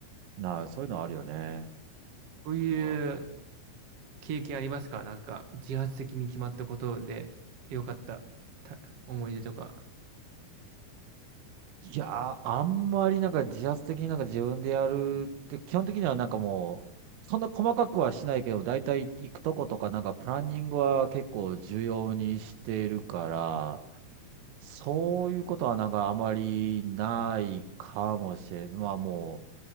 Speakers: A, on the right; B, on the right.
A: なあ、そういうのあるよね。
B: そういう
A: ああ
B: 経験ありますかなんか、自発的に決まったことで良かったた思い出とか。
A: いやー、あんまりなんか自発的になんか自分でやるって、基本的にはなんかもう、そんな細かくはしないけど、だいたい行くとことかなんかプランニングは結構重要にしてるから、そういうことはなんかあまりないかもしれん。まあも